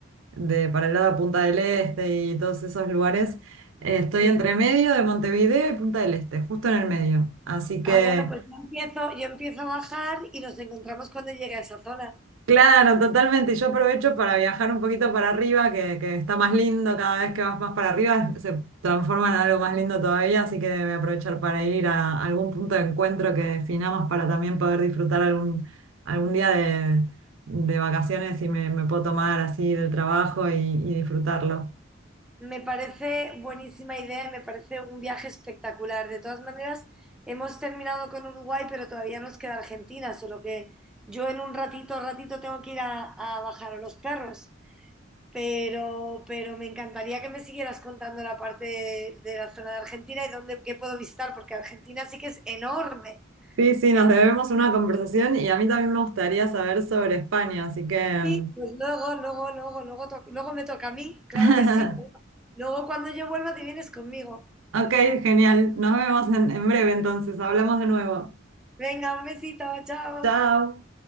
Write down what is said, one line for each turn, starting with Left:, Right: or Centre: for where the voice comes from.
Right: de, para el lado de Punta del Este y todos esos lugares. Eh, estoy
Centre: Sí.
Right: entre medio de Montevideo y Punta del Este, justo en el medio. Así que,
Centre: Ah, bueno, pues yo empiezo, yo empiezo a bajar y nos encontramos cuando llegue a esa zona.
Right: claro, totalmente. Y yo aprovecho para viajar un poquito para arriba, que, que está más lindo cada vez que vas más para arriba, se transforma en algo más lindo todavía. Así que voy a aprovechar para ir a algún punto de encuentro que definamos para también poder disfrutar algún, algún día de... de vacaciones y me, me puedo tomar así del trabajo y y disfrutarlo.
Centre: Me parece buenísima idea y me parece un viaje espectacular. De todas maneras, hemos terminado con Uruguay, pero todavía nos queda Argentina, solo que yo en un ratito, ratito tengo que ir a, a bajar a los perros. pero, pero me encantaría que me siguieras contando la parte de, de la zona de Argentina y dónde, qué puedo visitar, porque Argentina sí que es enorme.
Right: Sí, sí, nos
Centre: Entonces,
Right: debemos una conversación y a mí también me gustaría saber sobre España, así que...
Centre: sí, pues luego, luego, luego, luego, to- luego me toca a mí, claro
Right: <laughs>
Centre: que sí. Luego cuando yo vuelva te vienes conmigo.
Right: Ok, genial. Nos vemos en, en breve entonces. Hablamos de nuevo.
Centre: Venga, un besito, chao.
Right: Chao.